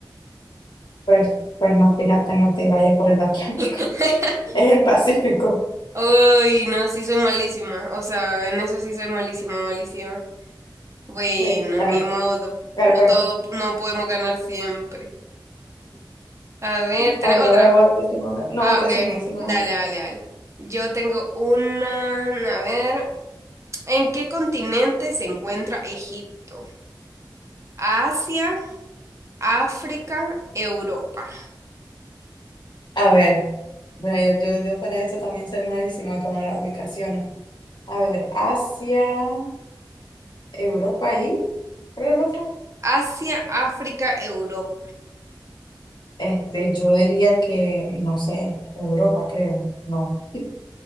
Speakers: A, on the left (about 70°); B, on the right (about 40°).
A: Pues, pues no, fíjate, no te vayas por el Atlántico.
B: <laughs>
A: <laughs> Es el Pacífico.
B: Uy, no, sí soy malísima. O sea, en eso sí soy malísima, malísima. Bueno,
A: Sí, a
B: ni
A: ver,
B: modo.
A: a ver,
B: No
A: pues,
B: todo, no podemos ganar siempre. A ver, ¿tenés
A: a ver,
B: otra?
A: ahora vos decime una. No,
B: Ah,
A: vos decime,
B: ok, ok.
A: decime
B: Dale,
A: una.
B: dale, dale. Yo tengo una, a ver, ¿en qué continente se encuentra Egipto? Asia, África, Europa.
A: A ver, mira, yo, yo, yo para esto también soy malísima con las ubicaciones. A ver, Asia, Europa y, creo el otro.
B: Asia, África, Europa.
A: Este, yo diría que, no sé, Europa, creo. No. <laughs>